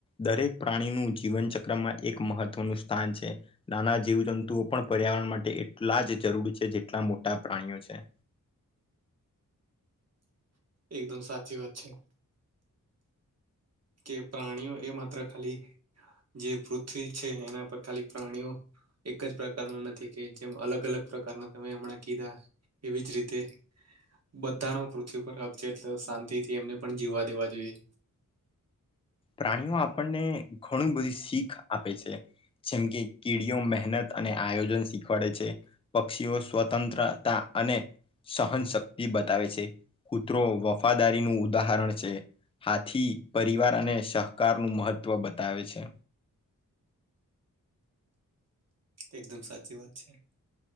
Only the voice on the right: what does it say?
એકદમ સાચી વાત છે. કે પ્રાણીઓ એ માત્ર ખાલી જે પૃથ્વી છે એના પર ખાલી પ્રાણીઓ એક જ પ્રકારના નથી કે જેમ અલગ અલગ પ્રકારના તમે હમણાં કીધા એવી જ રીતે બધાનો પૃથ્વી પર હક છે એટલે શાંતિથી એમને પણ જીવવા દેવા જોઈએ.
એકદમ સાચી વાત છે.